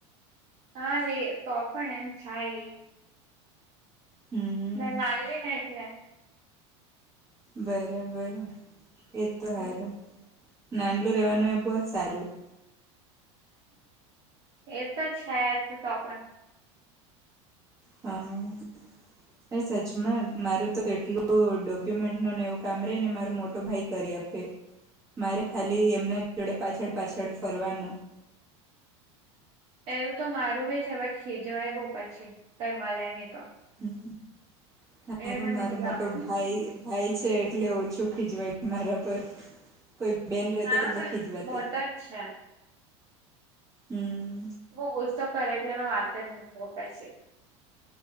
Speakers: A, on the right; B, on the right.
A: હા લે તો પણ એમ થાય એ
B: હમ
A: <unintelligible>
B: બરાબર એ તો
A: હમ.
B: સારું નાનું રહેેવાનું એ બહુ જ સારું
A: એ તો છે તો પણ
B: હમ
A: <inaudible>
B: અરે સચમાં મારું તો કેટલું ડોક્યુમેન્ટ નને એવું કામ રહી ને મારું મોટો ભાઈ કરી આપે મારે ખાલી એમના જોડે પાછળ પાછળ ફરવાનું
A: એવું તો મારું ભી છે પણ ખીજવાય બહુ પછી કઈ મળે નહી તો
B: હમ હાર
A: એ મને
B: માર
A: ની ગમે
B: મોટો ભાઈ
A: ને
B: થાય છે એટલે ઓછું ખીજવાય મારા પર કોઈ બેન રહતી
A: મારો
B: તો બોવ
A: બી
B: ખીજવાતી
A: મોટો જ છે
B: હમ
A: બહુ ગુસ્સો કરે એટલે મે વાત જ ન પછી